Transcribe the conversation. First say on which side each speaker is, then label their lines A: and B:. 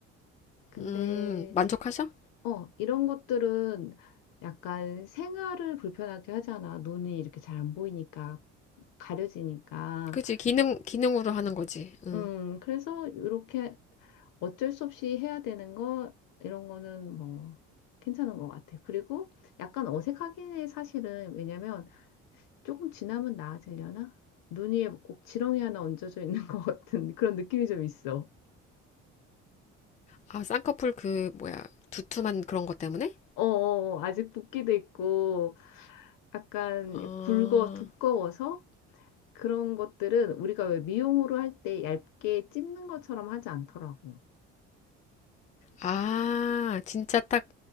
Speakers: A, on the left; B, on the left.
A: 근데,
B: 음, 만족하셔?
A: 어, 이런 것들은 약간 생활을 불편하게 하잖아. 눈이 이렇게 잘 안 보이니까. 가려지니까.
B: 그치, 기능, 기능으로 하는 거지. 응.
A: 음, 그래서 이렇게 어쩔 수 없이 해야 되는 거, 이런 거는 뭐 괜찮은 것 같아. 그리고 약간 어색하긴 해, 사실은. 왜냐면 조금 지나면 나아지려나? 눈 위에 꼭 지렁이 하나 얹어져 있는 <laughs> 것 같은 그런 느낌이 좀 있어.
B: 아, 쌍꺼풀 그, 뭐야, 두툼한 그런 것 때문에?
A: 어어 어. 아직 붓기도 있고, 약간
B: 어,
A: 굵어, 두꺼워서 그런 것들은 우리가 왜 미용으로 할 때 얇게 찝는 것처럼 하지 않더라고.
B: 아, 진짜 딱